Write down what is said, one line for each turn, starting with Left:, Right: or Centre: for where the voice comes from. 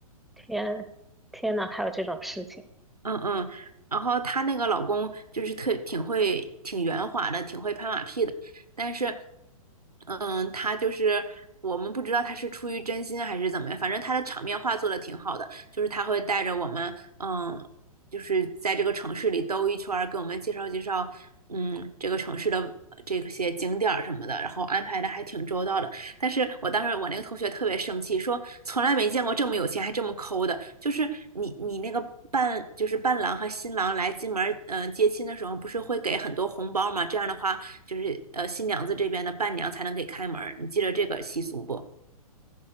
Centre: 天，天呐，还有这种事情，
Right: 嗯嗯，然后她那个老公就是特挺会、挺圆滑的，挺会拍马屁的，但是，嗯，他就是我们不知道他是出于真心还是怎么样，反正他的场面话做的挺好的，就是他会带着我们，嗯，就是在这个城市里兜一圈儿，给我们介绍介绍，嗯，这个城市的这些景点儿什么的，然后安排的还挺周到的。但是我当时我那个同学特别生气，说从来没见过这么有钱还这么抠的。就是你你那个伴就是伴郎和新郎来进门嗯、呃接亲的时候，不是会给很多红包吗？这样的话，就是呃新娘子这边的伴娘才能给开门你记得这个习俗不？